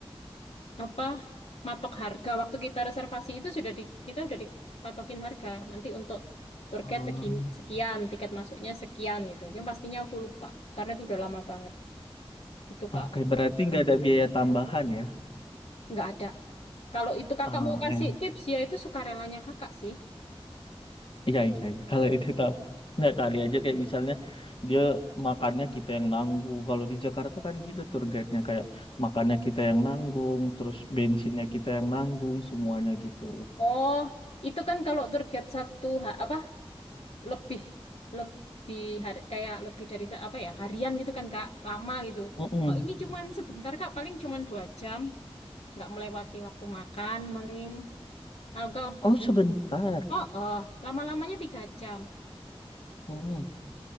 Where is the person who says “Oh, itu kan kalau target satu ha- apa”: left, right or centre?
Left